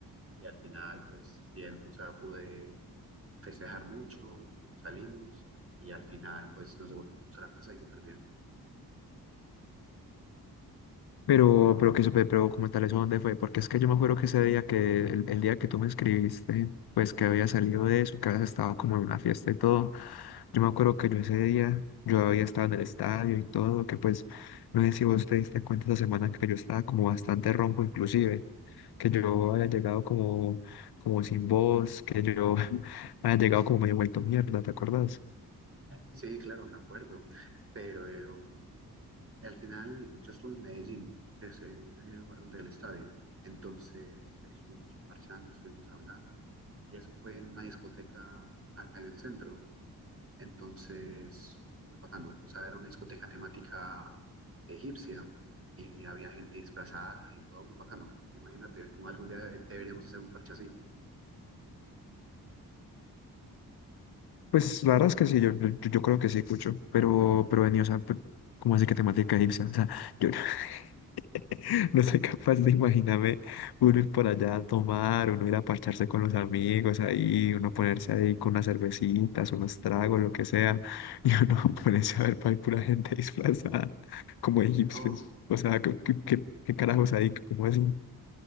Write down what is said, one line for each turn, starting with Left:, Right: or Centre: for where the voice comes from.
Right: Y al final, pues bien, o sea, pude festejar mucho, salimos y al final, pues nos devolvimos a la casa y súper bien.
Left: Pero, pero que supe, pero como tal, ¿eso dónde fue? Porque es que yo me acuerdo que ese día que, el, el día que tú me escribiste, pues que había salido de eso, que habías estado como en una fiesta y todo, yo me acuerdo que yo ese día, yo había estado en el estadio y todo, que pues, no sé si vos te diste cuenta esa semana que yo estaba como bastante ronco inclusive, que yo había llegado como, como sin voz, que yo <laughs> había llegado como medio vuelto mierda, ¿te acuerdas?
Right: Sí, claro, me acuerdo, pero eh, al final yo estuve en Medellín, que es eh, el lugar donde el estadio. Entonces ahí estuvimos parchando, estuvimos hablando. Y eso fue en una discoteca acá en el centro. Entonces, muy bacano. O sea, era una discoteca temática egipcia y había gente disfrazada y todo muy bacano. Imagínate, ¿no? algún día deberíamos hacer un parche así.
Left: Pues la verdad es que sí, yo, yo, yo creo que sí, Cucho, pero, pero venía, o sea, pe- como así que temática egipcia, o sea, yo, <laughs> <laughs> No soy capaz de imaginarme uno ir por allá a tomar, uno ir a parcharse con los amigos ahí, uno ponerse ahí con unas cervecitas, unos tragos, lo que sea, y uno <laughs> ponerse a ver para pura gente disfrazada como egipcios.
Right: No,
Left: O sea, ¿qué, qué, qué- qué carajos ahí, ¿Cómo así?